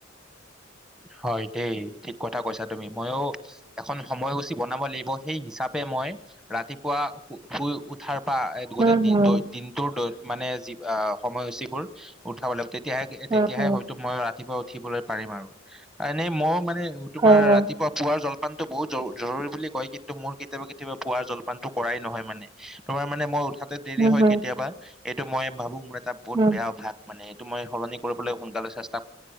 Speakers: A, in the centre; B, on the right (about 20°).
A: হয় দেই ঠিক কথা কৈছা তুমি ময়ো এখন সময়সূচী বনাব লাগিব সেই হিচাপে মই ৰাতিপুৱা শু শুই উঠাৰ পৰা গোটেই
B: উম,
A: দিনটোই
B: হুম,
A: দিনটোৰ লৈ মানে যি আ সময়সূচীবোৰ উঠাবলৈ- তেতিয়াহে
B: উম,
A: তেতিয়াহে
B: উম,
A: হয়তো মই ৰাতিপুৱা উঠিবলৈ পাৰিম আৰু। এনে মই মান নে তোমাৰ
B: হয়, হয়,
A: ৰাতিপুৱা পুৱাৰ জল পানটো বহুত জৰু-জৰুৰী বুলি কয় কিন্তু মোৰ কেতিয়াবা কেতিয়াবা পুৱা জলপানটো কৰাই নহয় মানে। তোমাৰ মানে মই উঠাত, তে দেৰি
B: উম,
A: হয়
B: হুম,
A: কেতিয়াবা। এইটো মই ভাবো মোৰ টা বহুত
B: উম,
A: বেয়া অভ্যাস মানে তুমি সলনি কৰিবলৈ সোনকালে চেষ্ট